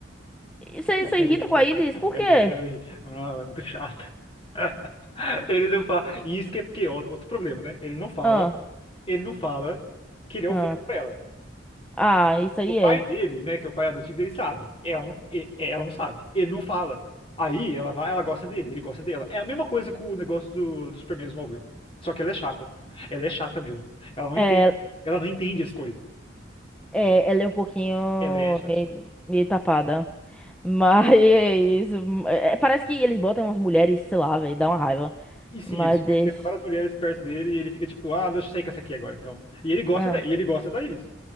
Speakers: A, in the centre; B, on the left.
A: Você se
B: Ela
A: irrita
B: é irrita.
A: com a Iris? Por
B: Ela
A: quê?
B: irrita. Ela irrita. Ah, ela é muito chata. <laughs> Ele não fala. E isso que é porque, ó, outro problema, né? Ele não fala,
A: Ah,
B: ele não fala que ele é o
A: ah,
B: Flash pra ela.
A: ah, isso aí
B: O pai
A: é.
B: dele, né, que é o pai adotivo dele, sabe. Ela não, e- ela não sabe. Ele não fala. Aí ela vai, ela gosta dele, ele gosta dela. É a mesma coisa com o negócio do, do Superman do Smallville. Só que ela é chata. Ela é chata mesmo. Ela não entende,
A: É,
B: ela não entende as coisas.
A: é, ela é um pouquinho
B: Ela é chatinha.
A: meio, meio tapada. Mas <laughs> é isso. É, parece que eles botam umas mulheres, sei lá, velho, dá uma raiva.
B: E sim,
A: Mas
B: ele fica
A: deixa.
B: enfiando várias mulheres perto dele e ele fica tipo, ah, deixa eu sair com essa aqui agora, então. E ele gosta
A: é.
B: da, e ele gosta da Iris.